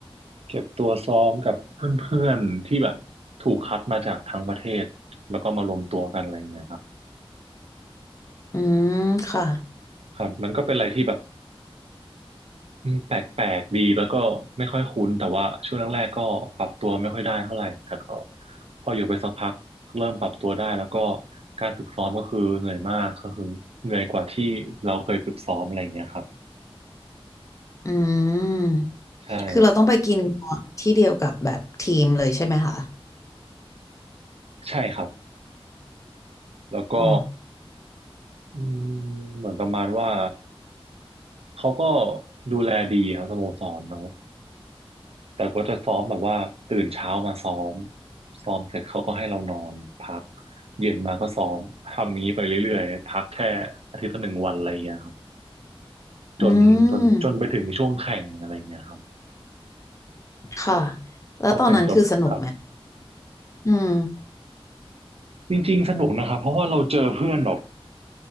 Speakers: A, on the right (about 80°); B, on the left (about 30°).
A: เก็บตัวซ้อมกับเพื่อนๆที่แบบถูกคัดมาจากทั้งประเทศแล้วก็มารวมตัวกันอะไรเงี้ยครับ
B: อืมค่ะ
A: ครับมันก็เป็นอะไรที่แบบ อืมแปลกๆดีแล้วก็ไม่ค่อยคุ้นแต่ว่าช่วงแรกๆก็ปรับตัวไม่ค่อยได้เท่าไหร่แต่ก็พออยู่ไปสักพักเริ่มปรับตัวได้แล้วก็การฝึกซ้อมก็คือเหนื่อยมากก็คือเหนื่อยกว่าที่เราเคยฝึกซ้อมอะไรอย่างเงี้ยครับ
B: อืม
A: ใช่แบบ
B: คือเราต้องไปกินที่เดียวกับแบบทีมเลยใช่ไหมคะ
A: ใช่ครับแล้วก็
B: อ๋อ
A: อืมเหมือนประมาณว่าเขาก็ดูแลดีครับสโมสรเนาะ แต่ก็จะซ้อมแบบว่าตื่นเช้ามาซ้อมซ้อมเสร็จเขาก็ให้เรานอนพักเย็นมาก็ซ้อมทำอย่างนี้ไปเรื่อยๆพักแค่อาทิตย์ละหนึ่งวันอะไรอย่างเงี้ยครับ
B: อื
A: จนจนจนไปถึงช่วงแข่งอะไรอย่างเงี้ยครับ
B: มค่ะ แล้วตอนนั้นคือสนุกไหม
A: พอแข่งจบครับ
B: อืม
A: จริงๆสนุกนะครับเพราะว่าเราเจอเพื่อนแบบ